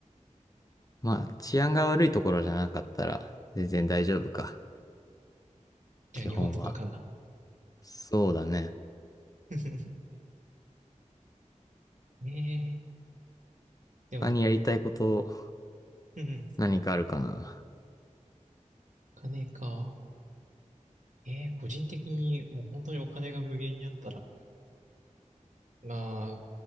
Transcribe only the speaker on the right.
じゃあ日本とかかな。
<laughs> ねえ。でも、
うんうん、
お金か。ええ、個人的にもう本当にお金が無限にあったら、まあ、